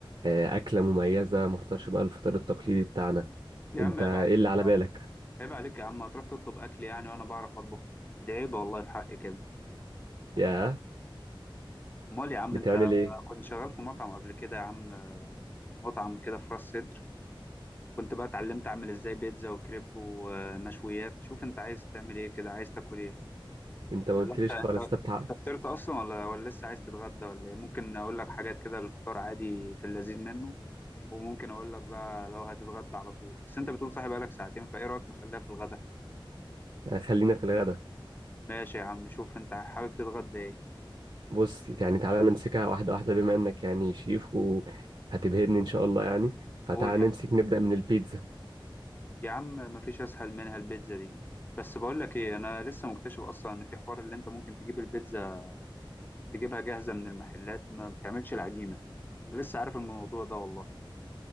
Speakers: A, on the right; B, on the left.
A: آه، اكله مميزه ما افطرش بقى الفطار التقليدي بتاعنا
B: يا
A: انت
B: عم عيب
A: ايه
B: عليك
A: اللي على بالك
B: عيب عليك يا عم هتروح تطلب اكل يعني وانا بعرف اطبخ دي عيب والله في حقي كده
A: يا
B: امال يا عم
A: بتعمل
B: انت
A: ايه
B: كنت شغال في مطعم قبل كده يا عم آه، مطعم كده في راس سدر كنت بقى اتعلمت اعمل ازاي بيتزا وكريب ومشويات شوف انت عايز تعمل ايه كده عايز تاكل ايه
A: انت ما
B: ولا
A: قلتليش
B: انت انت
A: خالص طب تعال
B: أنت فطرت اصلا ولا ولا لسه عايز تتغدى ولا ايه ممكن اقول لك حاجات كده للفطار عادي في اللذيذ منه وممكن اقول لك بقى لو هتتغدى على طول بس انت بتقول صاحي بقالك ساعتين فايه رايك نخليها في الغدا
A: آه، خلينا في الغدا
B: ماشي يا عم شوف انت حابب تتغدى ايه
A: بص يعني تعالى نمسكها واحده واحده بما انك يعني شيف وهتبهرني ان شاء الله يعني فتعال
B: قول
A: نمسك
B: يا
A: نبدا من البيتزا
B: يا عم مفيش اسهل منها البيتزا دي بس بقول لك ايه انا لسه مكتشف اصلا ان في حوار اللي انت ممكن تجيب البيتزا تجيبها جاهزه من المحلات ما بتعملش العجينه لسه عارف الموضوع ده والله